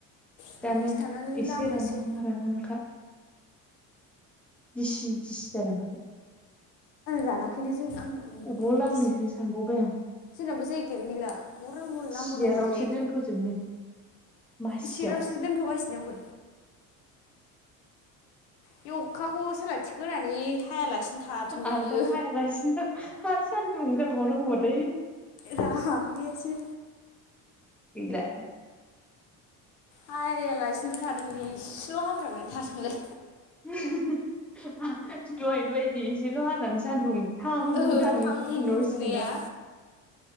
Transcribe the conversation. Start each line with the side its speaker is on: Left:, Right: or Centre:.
Left: दसे
Centre: दानो
Left: थानानै
Centre: एसे
Left: लामनोसै
Centre: रानहांहां रानहांखा गिसि गिसि <unintelligible>
Left: रानाखैनो जों आंना
Centre: अबाव लामनोसो
Left: गिसि
Centre: सानबावबाय आं
Left: जोंनाबो जायगायानो गैला <unintelligible> अबाव लामबावनांगौथाय
Centre: सियारावसो दोनथ'जोबनो मासियाव
Left: सेरावसो दोनथ'गासिनो आंबो बे अखाखौ सोलाथिखो होनानै हायालासिनो थाथोंलै
Centre: आरो
Left: इयो
Centre: दा हायालासिनो आरो सान्दुं ओंखारबावनांगौबाथाय
Left: रागायासो
Centre: <unintelligible>
Left: हायालासिनोबो थादों इसेल' हफ्रामनानै थाथोंलाय
Centre: दहायनि बायदि एसेल' हानानै सानदुं थां थां
Left: ओं
Centre: ओंखारफिनबावसिगोन
Left: थां दुंनाया
Centre: दा